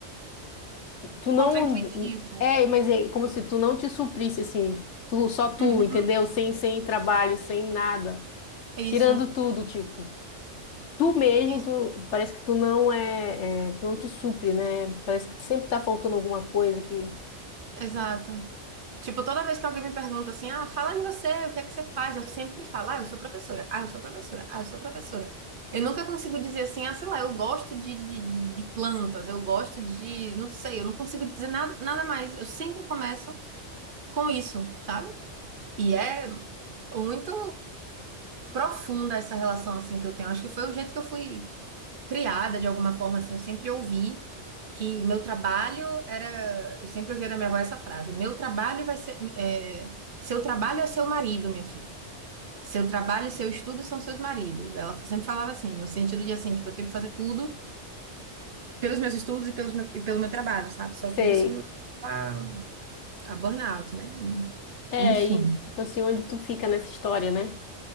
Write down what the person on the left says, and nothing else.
tu não
é, mas é como se tu não te suprisse assim, tu só tu,
entendeu? Sem sem trabalho, sem nada,
tirando tudo, tipo, tu mesmo,
tu parece que tu não é, é, tu não te supre, né? Parece que sempre tá faltando alguma coisa que
sei.
É,
e tipo assim, onde tu fica nessa história, né?